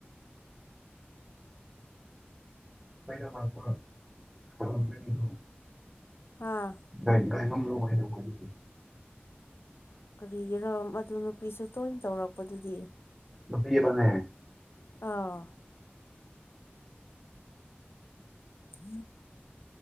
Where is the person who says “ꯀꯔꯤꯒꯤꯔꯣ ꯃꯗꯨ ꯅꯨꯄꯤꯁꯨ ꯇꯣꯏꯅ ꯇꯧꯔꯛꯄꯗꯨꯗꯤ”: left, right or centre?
Left